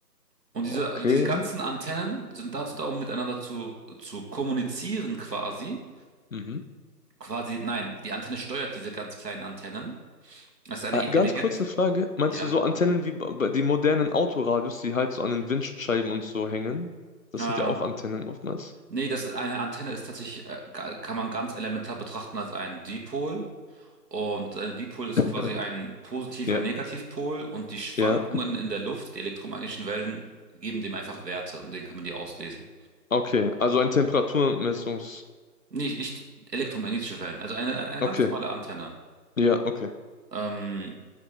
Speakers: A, on the right; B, on the left.
A: Und
B: Okay.
A: diese, diese ganzen Antennen sind dazu da, um miteinander zu, zu kommunizieren quasi.
B: Mhm.
A: Quasi, nein, die Antenne steuert diese ganz kleinen Antennen. Das ist eine
B: Äh,
A: intelligent,
B: ganz kurz eine Frage. Meinst
A: ja.
B: du so Antennen wie bei bei den modernen Autoradios, die halt so an den Windschutzscheiben und so hängen? Das
A: Äh,
B: sind ja auch Antennen oftmals.
A: Nee, das ist eine Antenne ist tatsächlich, äh, ga- kann man ganz elementar betrachten als einen Dipol. Und ein Dipol ist
B: <laughs>
A: quasi ein Positiv-,
B: Ja,
A: ein
B: ja.
A: Negativpol und die Schwankungen
B: ja.
A: in der Luft, die elektromagnetischen Wellen, geben dem einfach Werte und denen kann man die auslesen.
B: Okay, also ein Temperaturmessungs...
A: Nicht, nicht elektromagnetische Wellen, also eine, eine
B: Okay,
A: ganz normale Antenne.
B: ja, okay.
A: Ähm,